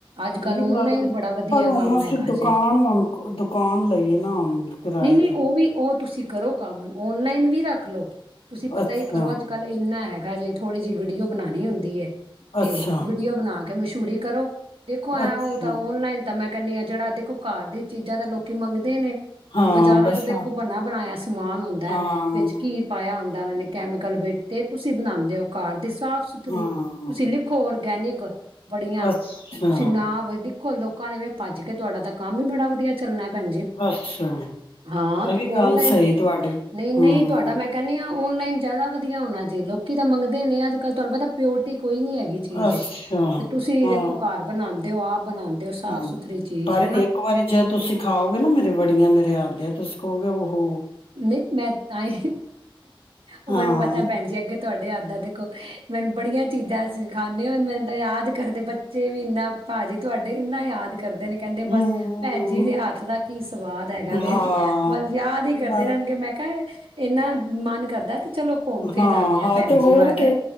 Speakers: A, on the right; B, on the left.
A: ਅੱਜ ਕੱਲ੍ਹ
B: ਇਹ ਵੀ
A: ਔਨਲਾਈਨ
B: ਗੱਲ ਏ।
A: ਬੜਾ ਵਧੀਆ
B: ਪਰ ਹੁਣ
A: ਕੰਮ
B: ਅਸੀਂ
A: ਹੈਗਾ
B: ਦੁਕਾਨ
A: ਜੇ
B: ਹੁਣ ਦੁਕਾਨ ਲਈਏ ਨਾ ਹੁਣ ਕਿਰਾਏ
A: ਨਹੀਂ ਨਹੀਂ
B: ਤੇ
A: ਉਹ ਵੀ ਉਹ ਤੁਸੀਂ ਕਰੋ ਕੰਮ ਔਨਲਾਈਨ ਵੀ ਰੱਖ ਲਓ ਤੁਸੀਂ ਪਤਾ
B: ਅੱਛਾ
A: ਹੀ। ਕਰੋ ਅੱਜ ਕੱਲ੍ਹ ਇੰਨਾ ਐ। ਆਾ ਹੈ ਥੋੜੀ ਜਿਹੀ ਵੀਡੀਓ ਬਣਾਣੀ ਹੁੰਦੀ ਹੈ। ਤੇ
B: ਅੱਛਾ
A: ਵੀਡੀਓ ਬਣਾ। ਕੇ ਮਸ਼ਹੂਰੀ ਕਰੋ। ਦੇਖੋ ਐਂ
B: ਅੱਛਾ
A: ਉਹ ਤਾਂ ਔਨਲਾਈਨ ਤਾਂ ਮੈਂ। ਕਦੇ ਆ ਜਿਹੜਾ ਦੇਖੋ ਘਰ ਦੀ ਚੀਜ਼ਾਂ ਤਾਂ ਲੋਕੀ ਮੰਗਦੇ ਨੇ।
B: ਹਾਂ
A: ਹੁਣ ਬਾਜ਼ਾਰਾਂ
B: ਬਸ
A: ਤੋਂ ਦੇਖੋ
B: ਹਾਂ
A: ਬੰਨਾ ਬਣਾਇਆ ਸਮਾਨ ਆਉਂਦਾ
B: ਹਾਂ
A: ਵਿੱਚ ਘੀ ਪਾਇਆ। ਦਾ ਨ ਨੇ। ਕੈਮੀਕਲ ਬੇ ਤੇ ਤੁਸੀਂ ਬਣਾਉਂਦੇ ਹੋ। ਕਾਰ ਦੇ। ਸਾਫ਼ ਸੁਥਰੀ
B: ਹਾਂ
A: ਤੁਸੀਂ ਲਿਖੋ ਰਗੇ। ਗੇਨੇ ਕੋ। ਬੜੀਆਂ
B: ਅੱਛਾ
A: ਤੁਸੀਂ ਨਾ ਵ। ੋ ਲੋਕਾਂ ਨੇ ਵੀ ਭੱਜ ਕੇ ਤੁਹਾਡਾ ਤਾਂ ਕੰਮ ਈ ਬੜਾ ਵਧੀਆ ਚੱਲਣਾ। ਭੈਜੀ
B: ਅੱਛਾ
A: ਹਾਂ ਤੁ
B: ਇਹ ਵੀ ਗੱਲ
A: ਓਨਲਾਈਨ
B: ਸਹੀ ਤੁਹਾਡੀ
A: ਨਹੀਂ ਨਹੀਂ
B: ਹਮ
A: ਤੁਹਾਡਾ ਮੈਂ ਕਹਦੀ ਹ। ਓਨਲਾਈਨ। ਜਿਆਦਾ ਵਧੀਆ ਹੋਣਾ ਜੀ ਲੋਕੀ ਤਾਂ ਮੰਗਦੇ ਨੇ ਅੱਜ ਕੱਲ੍ਹ ਤੁਹਾਨੂੰ ਪਤਾ ਪਿਓਰਟੀ। ਕੋਈ ਨੀ ਹੈਗੀ ਚੀਜ਼
B: ਅੱਛਾ
A: ਇਚ ਤੇ ਤੁਸੀਂ
B: ਹਾਂ
A: ਦੇਖੋ ਘਰ ਬਣਾਉਂਦੇ ਹੋ ਆਪ। ਬਣਾਉਂਦੇ ਹੋ ਸਾਫ਼
B: ਹਮ
A: ਸੁਥਰੀ ਚੀਜ਼
B: ਪਰ
A: ਹੈ ਨਾ
B: ਇੱਕ ਵਾਰੀ ਜੇ ਤੁਸੀਂਿ ਖਾਓਗੇ ਨਾ ਮੇਰੇ ਵੜੀਆਂ ਮੇਰੇ ਆਦੇਆਂ ਤੁਸੀਂ। ਹੋ ਗਿਆ ਉਹ ਹੋ।
A: ਨਹੀਂ ਮੈਂ ਤਾਂ ਹੀ ਉਹ
B: ਹਾਂ
A: ਮੈਨੂੰ ਪਤਾ ਭੈਣ ਜੀ ਅੱਗੇ ਤੁਹਾਡੇ ਆੱਦਾਂ ਦੇਖੋ ਮੈਨੂੰ। ਬੜੀਆਂ। ਚੀਜ਼ਾਂ ਸਿਖਾਦੇ ਆ ਮੈਨੂੰ ਤਾਂ ਯਾਦ ਕਰਦੇ ਬੱਚੇ ਵੀ ਇੰਨਾ ਭਾਜੀ ਤੁਹਾਡੇ ਇੰਨਾ ਯਾਦ ਕਰਦੇ ਨੇ ਕਹਿੰਦੇ
B: ਹੂੰ,
A: ਬਸ ਭੈਣ ਜੀ ਦੇ ਹੱਥ ਦਾ ਕੀ ਸਵਾਦ ਹੈਗਾ ਵੀ
B: ਹਾਂ,
A: ਬਸ ਯਾਦ ਹੀ। ਕਰਦੇ
B: ਬ
A: ਰਹਿਣਗੇ ਮੈਂ ਕਿਹਾ ਇਹਨਾ। ਮਨ ਕਰਦਾ। ਤੇ ਚਲੋ ਘੁੰਮ ਫਿਰ
B: ਹਾਂ,
A: ਆਂਦੇ ਆ
B: ਹਾਂ
A: ਭੈਣ
B: ਤੇ ਹੋਰ
A: ਜੀ ਵੱਲ
B: ਕੇ